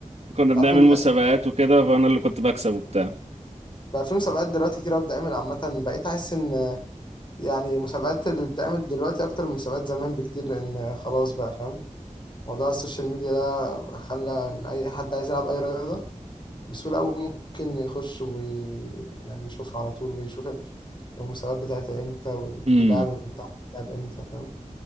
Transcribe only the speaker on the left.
تعرف ان دلوقتي
بقى في مسابقات دلوقتي كتير قوي بتتعمل عامة بقيت احس ان يعني مسابقات اللي بتتعمل دلوقتي اكتر من مسابقات زمان بكتير لان خلاص بقى فاهم موضوع السوشيال ميديا ده خلى ان اي حد عايز يلعب اي رياضة بسهولة قوي ممكن يخش وي يعني يشوفها على طول ويشوف المسابقات بتاعتها امتى واللعب
بتاعها بتلعب امتى فاهم